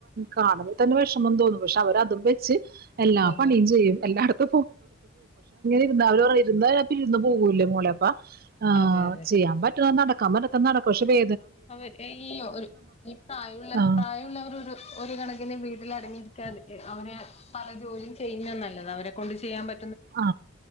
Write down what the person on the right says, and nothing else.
കാണുമ്പോൾ തന്ന വിഷമം തോന്നും പക്ഷേ അവര് അതും വെച്ച് എല്ലാ
പണിയും ചെയ്യും എല്ലായിട ഇരുന്നാൽ അവര് പറയും ഇരുന്നാൽ പിന്നെഇരുന്ന് പോകൂല്ലേ മോളെ ആ
ചെയ്യാൻ പറ്റുന്നത് നട കമ്പെടുത്ത് നടക്കും പക്ഷേ വേ
ആ
ആ